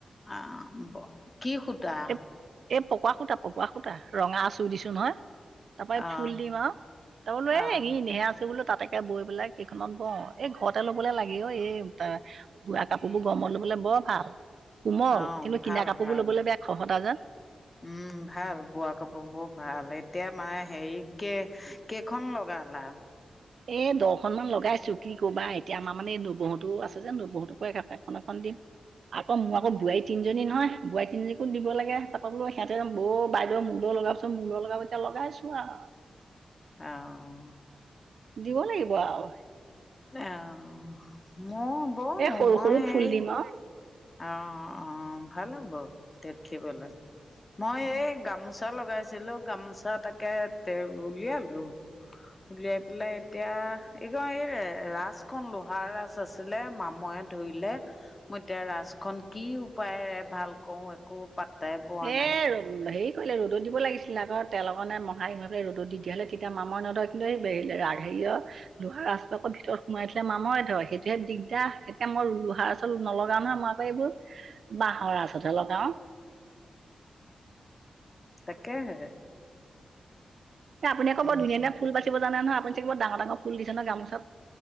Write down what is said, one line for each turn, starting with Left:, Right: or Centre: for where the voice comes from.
Left: অ'! হ'ব, কি সূতা?
Right: এই এই, পকোৱা সূতা, পকোৱা সূতা, ৰঙা আঁচল দিছো নহয়। তাৰপৰা,
Left: অ
Right: ফুল দিম আৰু। তাৰ বোলোঁ
Left: অ
Right: এই, এনেহে আছোঁ বোলোঁ, তাঁতকে বৈ পেলাই, কেইখনত বওঁ। এই, ঘৰতে ল'বলৈ লাগি অ'! এই, বোৱা কাপোৰবোৰ গৰমত ল'বলে বৰ ভাল! কোমল!
Left: অ
Right: কিন্তু,
Left: ভাল
Right: কিনা কাপোৰবোৰ
Left: ভাল
Right: লবলৈ বেয়া! খহতা যে।
Left: উম, ভাল! বোৱা কাপোৰ বোৰ ভাল! এতিয়া মানে, সেৰি কে কেইখন লগালা?
Right: এই, দহখনমান লগাইছোঁ। কি ক'বা! এতিয়া, আমাৰ মানে, এই ন-বৌহঁতেও আছে যে, ন-বৌহেঁতকো এ, এখন-এখন দিম। আকৌ, মোৰ আকৌ, বোৱাৰী তিনজনী নহয়, বোৱাৰী তিনজনীকো দিব লাগে। তাৰপৰা বোলোঁ, সেয়াতে, বৌ, বাইদেউ, মোলৈ লগাম। ত মূললগা এতিয়া লগাইছো আও
Left: অঁ।
Right: দিব লাগিব আও
Left: অঁ, মই বৌ
Right: এই সৰু
Left: মই
Right: সৰু
Left: হেই
Right: ফুল দিম আৰু
Left: অঁ অঁ অঁ। ভাল হ'ব আও দেখিবলে মই
Right: অ
Left: এই গামোচা চা লগাইছিলো গামোচা তাকে তে উলিয়ালো উলিয়াই পেলাই এতিয়া এই কম এই ৰাজখন লোহাৰ ৰাজ আছিলে, মামই ধৰিলে। মই এতিয়া ৰাজখন কি উপায়েৰে ভাল কও একো পাত্তাই পোৱা
Right: এই
Left: নাই।
Right: হেৰি কৰিলে ৰ'দত দিব লাগিছিলে আক, তেল অকনে মোহাৰি ৰ'দত দি হ'লে তেতিয়া মামৰে নধই লৈ আহিবি ৰা সেইয় লোহাৰ ৰাসটো আক ভিতৰত সোমাই দিলে মামৰে ধয়ে, সেইটোহে দিগদাৰ এতিয়া মই লোহাৰ ৰাচত নলগাও নহয় মই এইবোৰ বাঁহৰ ৰাচতহে ল'গাও
Left: তাকেহে।
Right: এ আপুনি আক বৰ ধুনীয়া
Left: অ
Right: ধুনীয়া ফুল বাচিব জানে নহ আপুনি চাগে বৰ ডাঙৰ ডাঙৰ ফুল দিছে ন গামোচাত